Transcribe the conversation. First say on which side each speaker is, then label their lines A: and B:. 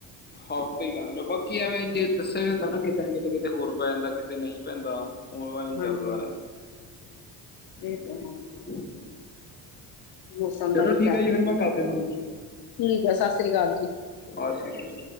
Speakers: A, on the left; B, on the left.
A: <unintelligible> ਬਾਕੀ ਐਵੇਂ ਜੇ ਦੱਸਿਆ ਹੁੰਦਾ ਨਾ ਕਿਤੇ ਨਾ ਕਿਤੇ ਕਿਤੇ ਹੋਰ ਪੈ ਜਾਂਦਾ ਕਿਤੇ ਨਹੀਂ ਪੈਂਦਾ। ਉਨਲਾਈਨ
B: ਹਾਂਜੀ
A: ਚੱਲਦਾ
B: ਹਾਂਜੀ
A: ਰਹਿੰਦਾ ਹੂੰ।
B: ਇਹ ਤਾਂ ਹੈ ਮੌਸਮ
A: ਚਲੋ
B: ਦਾ ਵੀ ਕਿਆ
A: ਠੀਕ ਆ ਜੀ
B: ਕਰੀਏ
A: ਫਿਰ ਮੈਂ ਕਾਤੇ ਤੁਹਾਨੂੰ
B: ਠੀਕ ਹੈ ਸਤਿ ਸ੍ਰੀ ਅਕਾਲ ਜੀ।
A: ਬਸ ਜੀ ਬਸ